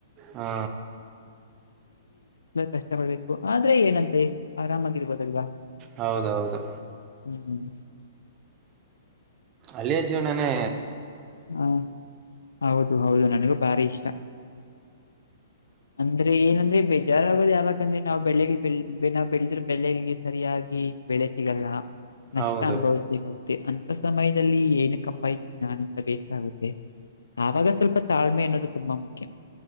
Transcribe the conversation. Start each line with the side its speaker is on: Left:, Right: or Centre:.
Right: ಹಾ
Left: ಕಷ್ಟಪಡ್ಬೇಕು ಆದ್ರೆ ಏನಂತೆ ಆರಾಮಾಗಿರ್ಬೋದಲ್ವಾ
Right: ಹೌದೌದು
Left: ಹ್ಮ್
Right: ಅಲ್ಲಿಯ ಜವನನೆ
Left: ಹಾ ಹೌದು ಹೌದು ನನಗೂ ಭಾರಿ ಇಷ್ಟ ಅಂದ್ರೆ ಏನಂದ್ರೆ ಬೇಜಾರಾಗ ಯಾವಕಂದ್ರೆ ನಾವ್ ಬೆಳ್ಳಿಗ್ ಬೆ ನಾವ್ ಬೆಳದ್ರ ಬೆಳೆಂಗೆ ಸರಿಯಾಗಿ ಬೆಳೆ ಸಿಗಲ್ಲ ನಷ್ಟ
Right: ಹೌದು
Left: ಅನುಭವಿಸ್ಬೇಕೋಗ ಸಮಯದಲ್ಲಿ ಏನ ಕಪ್ಪಾಯ್ ಚಿ ನಾನಂತ ಬೇಸರ ಆಗುತ್ತೆ ಆವಾಗ ಸ್ವಲ್ಪ ತಾಳ್ಮೆ ಅನ್ನೋದು ತುಂಬಾ ಮುಖ್ಯ